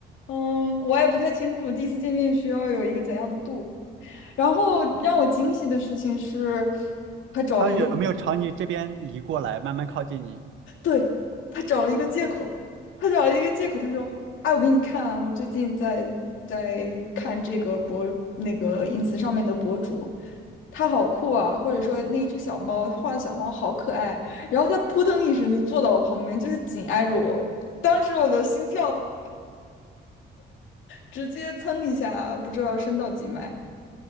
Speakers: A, on the left; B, on the right.
A: 嗯，我也不太清楚第一次见面需要有一个怎样的度。然后让我惊喜的事情是，他找了一个，
B: 他有没有朝你这边移过来，慢慢靠近你？
A: 对，他找了一个借口，他找了一个借口，他说：“哎，我给你看啊，我最近在在看这个博那个 ins 上面的博主，他好酷啊，或者说那一只小猫，他画的小猫好可爱。”然后他扑腾一声就坐到我旁边，就是紧挨着我，当时我的心跳直接蹭一下，不知道升到几迈。